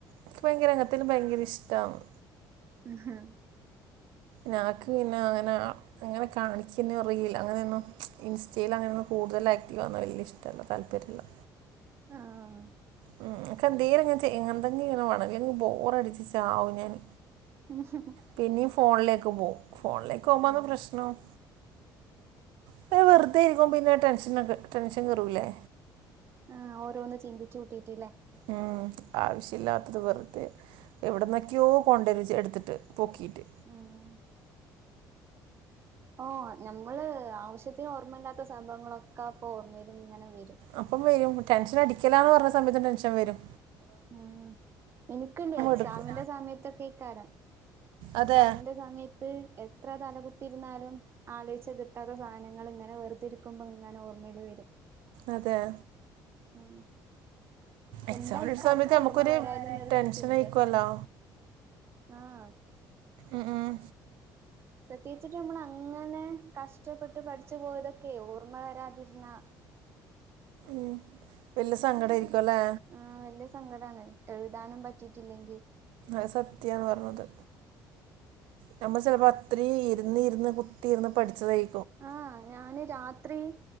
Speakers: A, on the right; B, on the right.
A: ഇൻക്ക് ഭയങ്കര എല്ലാത്തിലും ഭയങ്കര ഇഷ്ട്ടാന്ന്
B: ഉഹ്ഹ് ഹം
A: ഞാക്ക് ഇങ്ങനെ അങ്ങനാ അങ്ങനെ കാണിക്കുന്ന റീല് അങ്ങനെയൊന്നും ഇൻസ്റ്റയിൽ അങ്ങനെയൊന്നും കൂടുതൽ ആക്റ്റീവാകുന്നെ വല്ല്യഷ്ട്ടല്ലാ താല്പര്യല്ലാ
B: ആഹ്
A: ഉം ഇക്ക് എന്തേലുങ്ങനെ‌ ചെയ് <unintelligible> ഇങ്ങനെ വാണം ഇല്ലെങ്കിൽ ബോർ അടിച്ച് ചാവും ഞാന്
B: ഉംഹ്ഹ്
A: പിന്നേ ഫോണിലേക്ക് പോവും ഫോണിലേക്ക് പോകുമ്പാന്ന്
B: ആഹ്
A: പ്രശ്നവും ഇങ്ങനെ വെറുതെ ഇരിക്കുമ്പോ പിന്നെ ടെൻഷനെക്കെ ടെൻഷൻ കേറുല്ലേ
B: ആഹ് ഓരോന്ന് ചിന്തിച്ച് കൂട്ടിട്ട്ല്ലേ
A: ഏഹ് ആവശ്യല്ലാത്തത് വെറ്തെ എവിടുന്നൊക്കെയോ കൊണ്ടെരു എടുത്തിട്ട് പൊക്കീറ്റ്
B: ആഹ് ആഹ് ഞമ്മള് ആവശ്യത്തിന് ഓർമ്മയില്ലാത്ത സംഭവങ്ങളൊക്കെ അപ്പൊ ഓർമ്മയില് ഇങ്ങനെ വരും
A: അപ്പം വെരും ടെൻഷനടിക്കലാന്ന് പറഞ്ഞ സമയത്ത് ടെൻഷൻ വെരും
B: ആഹ് എനിക്കിണ്ട് എക്സാമിന്റെ
A: എടുക്കും
B: സമയത്തൊക്കെ ആയിക്കാരം എക്സാമിന്റെ
A: അതെ
B: സമയത്ത് എത്ര തലകുത്തിയിരുന്നാലും ആലോയിച്ച കിട്ടാത്ത സാധനങ്ങള് ഇങ്ങനെ വെറുതെരിക്കുമ്പോ ഇങ്ങനെ ഓർമ്മയില് വെരും
A: അതെയാ
B: ഉം
A: എക്സാമിൻ്റെ
B: എന്താ ഇക്ക്
A: ഒരു സമയത്ത്
B: അപ്പ
A: നമുക്കൊരു
B: ഓർമ്മ വരായിന്ന്ന്നൊരു
A: ടെൻഷൻ
B: ചിന്താ
A: ആയിക്കുമല്ലോ
B: ആഹ്
A: ആഹ് ആഹ്
B: പ്രത്യേകിച്ചിട്ട് നമ്മള് അങ്ങനെ, കഷ്ടപ്പെട്ട് പഠിച്ചു പോയതൊക്കെ ഓർമ്മ വരാതിരുന്നാ
A: ഉം വെല്ല്യാ സങ്കടായിരിക്കൂല്ലേ.
B: ആഹ് വെല്ല്യാ സങ്കടാണ് എഴുതാനും പറ്റിയിറ്റില്ലെങ്കിൽ
A: അത് സത്യാ പറഞ്ഞത്. നമ്മള് ചെലപ്പോ അത്രയും ഇരുന്ന് ഇരുന്ന് കുത്തിയിരുന്ന് പഠിച്ചതായി
B: ആഹ് ഞാന് രാത്രി